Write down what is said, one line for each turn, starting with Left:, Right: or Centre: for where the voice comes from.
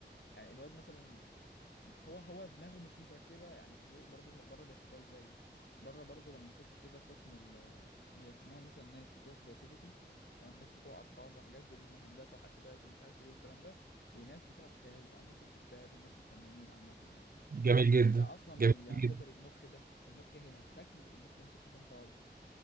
Left: يعني الواد مثلا هو هو دماغه مش متركبة يعني ب- برضه بره بيحسبوها ازاي بره برضه لما تحس كده قسم ال بيسموها مثلا ناس بتوع كرياتيفيتي تمام ناس بتوع ارقام وحاجات دول إن هندسة وحاسبات ومش عارف ايه والكلام ده وناس بتوع الخيال بقى الناس الكتاب الناس الفنانين عامة يعني
Right: جميل جدا
Left: ده اصلا
Right: جميل
Left: بيعتبر المخ ده المخ هنا شكل والمخ هنا شكل تاني خالص